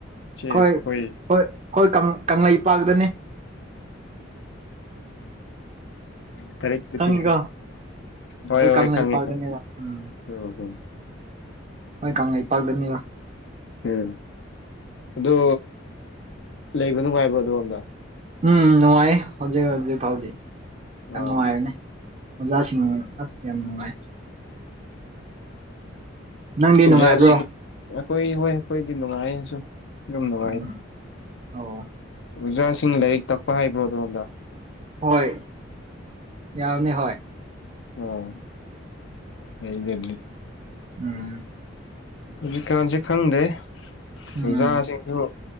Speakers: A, on the right; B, on the left.
A: ꯑꯩꯈꯣꯏ
B: ꯆꯦ ꯍꯣꯏ
A: ꯍꯣꯏ ꯍꯣꯏ ꯀꯪꯂꯩꯄꯥꯛꯇꯅꯤ
B: ꯇꯔꯦꯊꯤ
A: ꯈꯪꯉꯤꯀꯣ
B: ꯌꯥꯝ
A: ꯑꯩꯈꯣꯏ
B: ꯍꯣꯏ ꯍꯣꯏ
A: ꯀꯪꯂꯩꯄꯥꯛꯇꯅꯦꯕ
B: ꯈꯪꯉꯦꯪꯉꯦꯉ
A: ꯎꯝ
B: ꯎꯝ ꯎꯝ
A: ꯍꯣꯏ ꯀꯥꯉ ꯄꯔꯗꯅꯤ
B: ꯎꯝ ꯑꯗꯨ ꯂꯩꯕ ꯅꯨꯡꯉꯥꯏꯕ꯭ꯔꯣ ꯑꯗꯣꯝꯗ
A: ꯎꯝ ꯅꯨꯡꯉꯥꯏ ꯍꯧꯖꯤꯛ ꯍꯧꯖꯤꯛ ꯐꯥꯎꯗꯤ
B: ꯑꯣ
A: ꯌꯥꯝ ꯅꯨꯡꯉꯥꯏꯔꯅꯦ ꯑꯣꯖꯥꯁꯤꯡꯅ ꯑꯁ ꯌꯥꯝ ꯅꯨꯡꯉꯥꯏ ꯅꯪꯗꯤ
B: ꯑꯣꯖꯥ
A: ꯅꯨꯡꯉꯥꯏꯕ꯭ꯔꯣ
B: ꯁꯤꯡ ꯑꯩꯈꯣꯏ ꯍꯣꯏ ꯑꯩꯈꯣꯏꯗꯤ ꯅꯨꯡꯉꯥꯏꯁꯨ ꯑꯗꯨꯝ ꯅꯨꯡꯉꯥꯏꯗ
A: ꯎꯝ ꯑꯣ
B: ꯑꯣꯖꯥꯁꯤꯡ ꯂꯥꯏꯔꯤꯛ ꯇꯛꯄ ꯍꯥꯏꯕ꯭ꯔꯣ ꯑꯗꯣꯝꯗ
A: ꯍꯣꯏ ꯌꯥꯎꯅꯤ ꯍꯣꯏ
B: ꯑꯣ ꯍ
A: ꯎꯝ
B: ꯍꯧꯖꯤꯛꯀꯥꯟꯁꯦ ꯈꯪꯗꯦ
A: ꯎꯝ
B: ꯑꯣꯖꯥꯁꯤꯡ ꯑꯗꯨ